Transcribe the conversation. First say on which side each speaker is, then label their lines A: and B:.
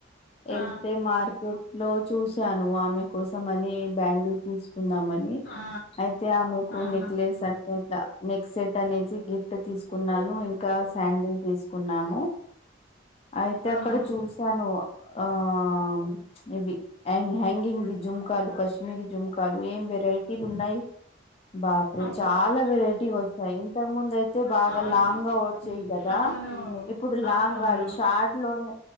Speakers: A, on the left (about 30°); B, on the left (about 70°).
A: ఎళ్తే
B: ఆ
A: మార్కెట్ లో చూసాను ఆమె కోసం అని బ్యాంగిల్ తీసుకుందామని ని
B: ఆ
A: అయితే ఆమెకు
B: ఆహా
A: నెక్లేస్ అట్లేట్లా నెక్ సెట్ అనేసి గిఫ్ట్ తీసుకున్నాను ఇంకా సాండిల్ తీసుకున్నాము అయితే
B: ఆహా
A: అక్కడ చూసాను ఆ ప్చ్ ఇవి అండ్ హ్యాంగింగ్ వి జుంకాలు కశ్మీరీ జుంకాలు ఏం వెరైటీలున్నాయి బాప్రే
B: అబ్బా
A: చాలా వెరైటీ వస్తాయి ఇంతకు ముందయి తే బాగా
B: అవును
A: లాంగ్ గా వచ్చేయి కదా
B: అవును
A: ఇప్పుడు
B: అవునవును
A: లాంగ్ గాదు షార్ట్ లోనే